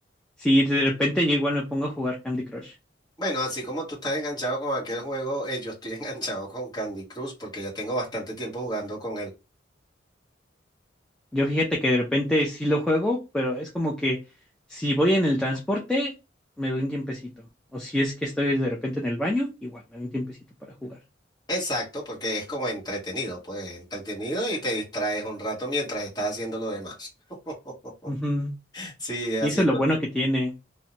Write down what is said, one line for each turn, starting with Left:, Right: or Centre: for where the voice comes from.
Centre: Sí, de repente yo igual me pongo a jugar Candy Crush.
Left: Bueno, así como tú estás enganchado con aquel juego, eh, yo estoy <laughs> enganchado con Candy Crush porque ya tengo bastante tiempo jugando con él.
Centre: Yo fíjate que de repente sí lo juego, pero es como que si voy en el transporte, me doy un tiempecito. O si es que estoy de repente en el baño, igual me doy un tiempecito para jugar.
Left: Exacto, porque es como entretenido, pues entretenido y te distraes un rato mientras estás haciendo lo demás. <laughs>
Centre: Ujú.
Left: Sí,
Centre: Sí,
Left: haciendo.
Centre: eso es lo bueno que tiene.